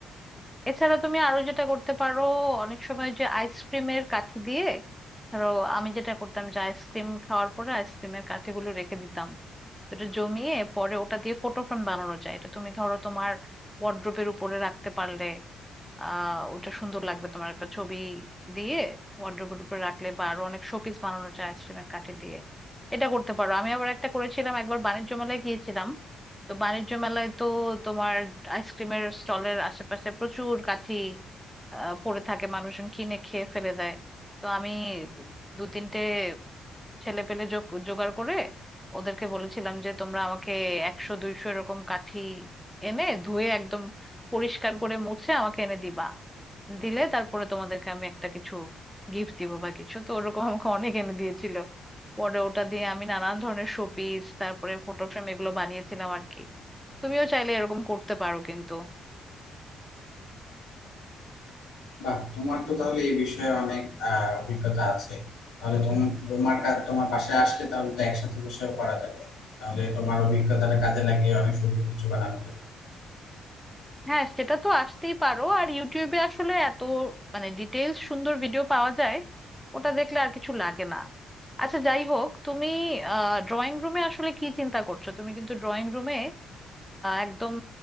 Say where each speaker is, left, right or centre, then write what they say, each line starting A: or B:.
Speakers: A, in the centre; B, on the left.
A: এছাড়া তুমি আরো যেটা করতে পারো অনেক সময় যে আইসক্রিমের কাঠি দিয়ে ধরো আমি যেটা করতাম যে আইসক্রিম খাওয়ার পরে আইসক্রিমের কাঠিগুলো রেখে দিতাম তো এটা জমিয়ে পরে ওটা দিয়ে ফটো ফ্রেম বানানো যায় এটা তুমি ধরো তোমার ওয়ার্ড্রোবের উপরে রাখতে পারলে আহ ওটা সুন্দর লাগবে তোমার একটা ছবি দিয়ে ওয়ার্ড্রোবের উপর রাখলে বা আরো অনেক শোপিস বানানো যায় আইসক্রিমের কাঠি দিয়ে এটা করতে পারো আমি আবার একটা করেছিলাম একবার বাণিজ্য মেলায় গিয়েছিলাম তো বাণিজ্য মেলায় তো তোমার আইসক্রিমের স্টলের আশেপাশে প্রচুর কাঠি আহ, পড়ে থাকে মানুষজন কিনে খেয়ে ফেলে দেয় তো আমি দু তিনটে ছেলে পেলে যোগ- জোগাড় করে ওদেরকে বলেছিলাম যে তোমরা আমাকে একশো দুইশো এরকম কাঠি এনে ধুয়ে একদম পরিষ্কার করে মুছে আমাকে এনে দিবা দিলে তারপরে তোমাদেরকে আমি একটা কিছু গিফট দিব বা কিছু তো ওরকম আমাকে অনেক এনে দিয়েছিল পরে ওটা দিয়ে আমি নানান ধরনের শোপিস তারপরে ফটো ফ্রেম এগুলো বানিয়েছিলাম আর কি তুমিও চাইলে এরকম করতে পারো কিন্তু
B: বাহ তোমার তো তাহলে এই বিষয়ে অনেক আহ, অভিজ্ঞতা আছে তাহলে তুমি তোমার কাজ তোমার বাসায় আসলে তাহলে তো একসাথে বসেও করা যাবে তাহলে তোমার অভিজ্ঞতাটা কাজে লাগিয়ে অনেক সুন্দর কিছু বানানো যাবে
A: হ্যাঁ সেটা তো আসতেই পারো আর ইউটিউবে আসলে এত মানে ডিটেলস সুন্দর ভিডিও পাওয়া যায় ওটা দেখলে আর কিছু লাগে না আচ্ছা যাই হোক তুমি ড্রয়িং রুমে আসলে কি চিন্তা করছো তুমি কিন্তু ড্রয়িং রুমে একদম